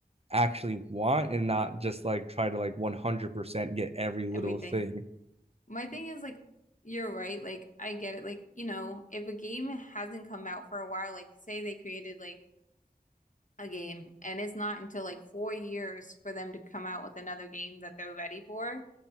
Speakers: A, on the right; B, on the left.
A: actually want and not just like try to like 100% get every little
B: everything.
A: thing.
B: My thing is like you're right, like I get it. Like, you know, if a game hasn't come out for a while, like say they created like a game and it's not until like four years for them to come out with another game that they're ready for,